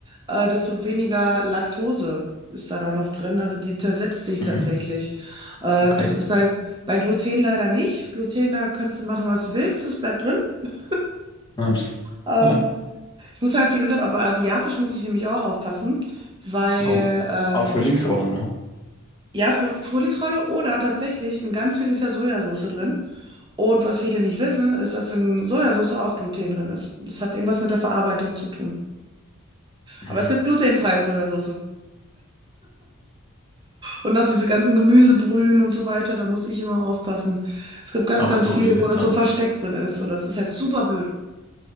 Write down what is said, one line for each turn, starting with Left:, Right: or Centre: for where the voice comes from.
Right: äh, desto weniger Laktose ist da dann noch drin. Also die zersetzt sich
Left: Mhm.
Right: tatsächlich. Äh,
Left: Okay.
Right: das ist bei, bei Gluten leider nicht. Gluten, da kannst du machen, was du willst, es bleibt drin. <laughs>
Left: Ja.
Right: Ähm,
Left: Ja.
Right: ich muss halt, wie gesagt, auch bei Asiatisch muss ich nämlich auch aufpassen, weil,
Left: Warum? Ah,
Right: äh,
Left: Frühlingsrollen, ne?
Right: ja, Fl- Frühlingsrolle oder tatsächlich, in ganz viel ist ja Sojasauce drin. Und was viele nicht wissen, ist, dass in Sojasauce auch Gluten drin ist. Das hat irgendwas mit der Verarbeitung zu tun.
Left: Mhm.
Right: Aber es gibt glutenfreie Sojasauce. Und auch diese ganzen Gemüsebrühen und so weiter, da muss ich immer aufpassen. Es gibt ganz,
Left: Ach
Right: ganz
Left: du
Right: viel,
Left: liebe
Right: wo das
Left: Zeit.
Right: so versteckt drin ist. Und das ist halt super blöd.